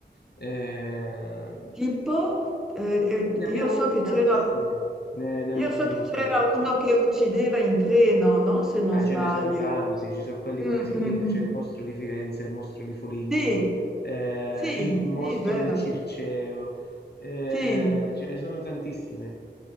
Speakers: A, on the left; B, in the centre.
A: Eh,
B: Tipo, eh,
A: ne
B: eh,
A: abbiamo
B: io so
A: avuti
B: che
A: tantissimi
B: c'era
A: ne- nell'ultimo
B: io so che
A: secolo.
B: c'era uno che uccideva in treno, no? Se non
A: Ma ce
B: sbaglio.
A: ne sono tanti, ci sono quelli con
B: Mm,
A: le siringhe,
B: mm,
A: c'è
B: mm.
A: il mostro di Firenze, il mostro di Foligno,
B: Sì,
A: eh,
B: sì,
A: il mostro
B: sì, vero.
A: del Circeo, eh,
B: Sì,
A: ce ne sono tantissimi.